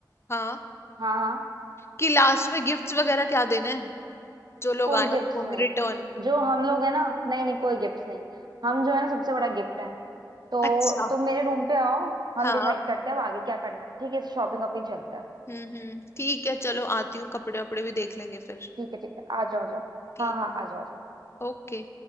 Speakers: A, on the left; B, on the right.
A: हाँ
B: हाँ हाँ
A: कि लास्ट में गिफ्ट्स वगैरह क्या देने हैं जो लोग
B: कोई
A: आए
B: गिफ्ट
A: उनको
B: नहीं
A: रिटर्न
B: जो हम लोग है ना नहीं
A: हम्म।
B: नहीं कोई गिफ्ट नहीं हम जो है ना सबसे बड़ा गिफ्ट है तो
A: अच्छा
B: तुम मेरे रूम पे आओ
A: हाँ
B: हम डिसाइड करते हैं अब आगे क्या करना है ठीक है शॉपिंग वॉपिंग चलता है
A: हम्म हम्म ठीक है चलो आती हूँ कपड़े वपड़े भी देख लेंगे फिर
B: ठीक है ठीक है आ जाओ आ जाओ
A: ठीक
B: हाँ हाँ
A: है
B: आ जाओ आ जाओ
A: ओके